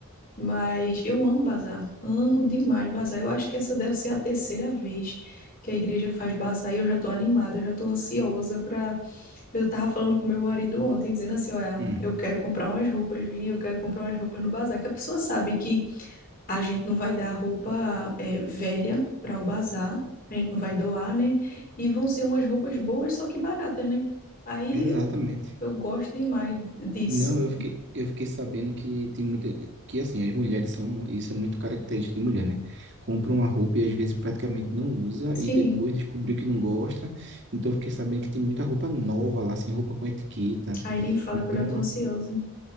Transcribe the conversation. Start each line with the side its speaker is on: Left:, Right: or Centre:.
Left: Mas eu amo bazar, amo demais bazar. Eu acho que essa deve ser a terceira vez que a igreja faz bazar e eu já estou animada, eu já estou ansiosa para... Eu estava falando com meu marido ontem, dizendo assim, olha,
Right: Hum,
Left: eu quero comprar umas roupas, vim, eu quero comprar umas roupas no bazar, que a pessoa sabe que a gente não vai dar roupa é, velha para o bazar, a gente não vai doar, né? E vão ser umas roupas boas, só que baratas, né? Aí
Right: exatamente.
Left: eu gosto demais disso.
Right: Não, eu fiquei, eu fiquei sabendo que tem muita, que assim, as mulheres são, isso é muito característico de mulher, né? Compra uma roupa e às vezes praticamente não usa
Left: Sim,
Right: e depois descobriu que não gosta. Então eu fiquei sabendo que tem muita roupa nova lá, assim, roupa com etiqueta.
Left: aí nem fala
Right: Então,
Left: que eu já tô ansiosa.